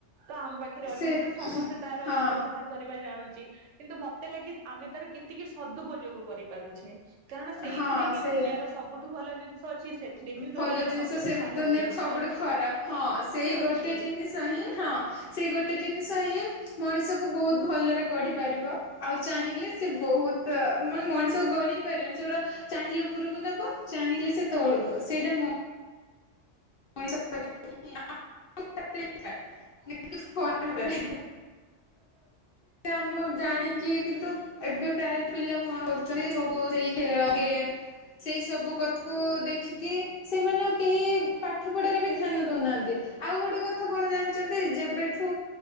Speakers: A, on the right; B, on the left.
A: ତ ଆମ ପାଖରେ ଅଛି।
B: ସେ
A: ସମସ୍ତେ ତାର
B: ହଁ
A: ବ୍ୟବହାର କରିବା ଜାଣୁଛି କିନ୍ତୁ ମତେ ଲାଗେ ଆମେ ତାର କେତିକି ତାର ସଦୁପୋଯୋଗ କରିପାରୁଛେ। କାରଣ ସେଇଥିରେ
B: ହଁ
A: ହିଁ
B: ସେଇଆ।
A: ଦୁନିଆର ସବୁଠୁ ଭଲ ଜିନିଷ ଅଛି। ସେଥିରେ ହିଁ
B: ଭଲ
A: ଦୁନିଆର
B: ଜିନିଷ
A: ସବୁଠୁ
B: ସେ
A: ଖରାପ
B: ଦୁନିଆରେ
A: ଜିନିଷ
B: ସବୁଠୁ
A: ଅଛି
B: ଖରାପ ହଁ ସେଇ
A: ବି ଅଛି
B: ଗୋଟେ ଜିନିଷ ହିଁ ହଁ ସେଇ ଗୋଟେ ଗୋଟେ ଜିନିଷ ହିଁ ମଣିଷକୁ ବହୁତ ଭଲରେ ଗଢିପାରିବ। ଆଉ ଚାହିଁଲେ ସେ ବହୁତ ମାନେ ମଣିଷକୁ ଗଢିପାରେନି ସେ ଗୁରା ଚାହିଁଲେ ଉପରକୁ ନବ ଚାହିଁଲେ ସେ ତଳକୁ ସେଇଟା ମୁଁ <unintelligible>
A: <unintelligible>
B: କ ଆ ହେଟାରେ ଆମ ଜାଣିକି କିନ୍ତୁ ଏବେ ପ୍ରାୟ ପିଲା କଣ କରୁଛନ୍ତି ସେ ସବୁ ସେଇ ଖେଳ ଗେମ ସେଇ ସବୁ କଥାକୁ ଦେଖିକି ସେମାନେ କେହି ପା ପାଠପଢିବାରେ ବି ଧ୍ୟାନ ଦଉନାହାନ୍ତି ଆଉ ଗୋଟେ କଥା କଣ ଜାଣିଛନ୍ତି ଯେବେଠୁ